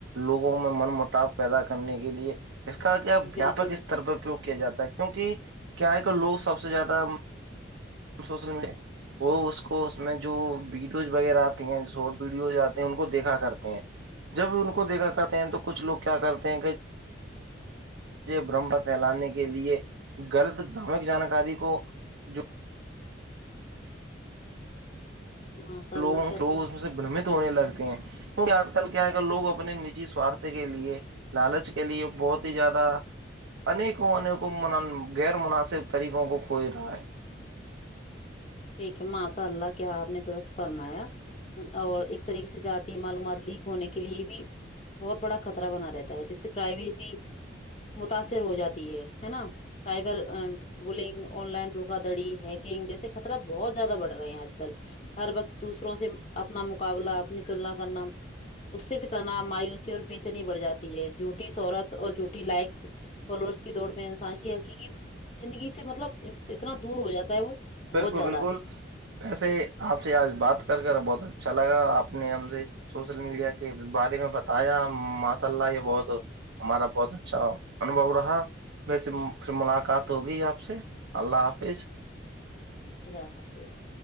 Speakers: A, on the right; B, on the left.
A: لوگوں میں من مٹاو پیدا کرنے کے لیے اس کا کیاپ
B: بالکل
A: ویاپک استر پ اپو کیا جاتا ہے کیونکہ کیا ہے کہ لوگ سب سے زیادہ شوسے وہ اس کو اس میں جو ویڈیوز وغیرہ آتی ہیں شارٹ ویڈیوز آتے ہیں ان کو دیکھا کرتے ہیں جب ان کو دیکھا کرتے ہیں تو کچھ لوگ کیا کرتے ہیں کہ برمم پھیلانے کے لیے غلط بامک جانکاری کو جو
B: ماشاء اللہ
A: لوگوں
B: کیا
A: لوگ
B: درست
A: اس میں سے برمت ہونے لگتے ہیں کیونکہ آج کل کیا ہے گ لوگ اپنے نجی سوارت کے لیے لالچ کے لیے بہت ہی زیادہ انیکوں انیکوں غیر مناسب طریقوں کو کھوج رہا ہے
B: ٹھیک ہے ماںساء اللہ کیا آپ نے درخت فرمایا اور ایک طریقے سے جاتی معلومات لیک ہونے کے لیے بھی بہت بڑا خطرہ بنا رہتا ہے جس سے پرائیویسی متاثر ہو جاتی ہے ہے نا سائبر بلگ آن لائن دھوکا دڑی ہیکنگ جیسے خطر بہت زیاد بڑ رہے ہیں آج کل ہر وقت دوسروں سے اپنا مقابلہ اپنی تلنا کرنا اس سے بھی تنا مایوسی اور بیچنیی بڑھ جاتی ہے جھوٹی شہورت اور جھوٹی لائکس فالوورس کی دوڑ میں انسان کی حقیقی زندگی سے مطلب اتنا دور ہو جاتا ہے وہ
A: بالکل
B: بہت زیادہ
A: بالکل ایسے آپ سے آج بات کر کر بہت اچھا لگا آپ نے ہم سے سوشل میڈیا کے بارے میں بتایا ماشاء اللہ یہ بہت ہمارا بہت اچھا انبو رہا ویسے پھر ملاقات ہوگی آپ سے اللہ حافظ
B: خدا حافظ